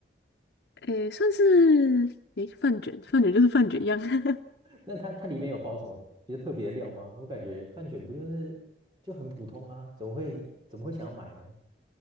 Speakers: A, on the left; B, on the right.
A: 诶，算是诶饭卷，饭卷就是饭卷一样，<laughs>
B: 那它它里面有包什么比较特别的料吗？我感觉饭卷不就是就很普通啊，怎么会你怎么会想要买呢？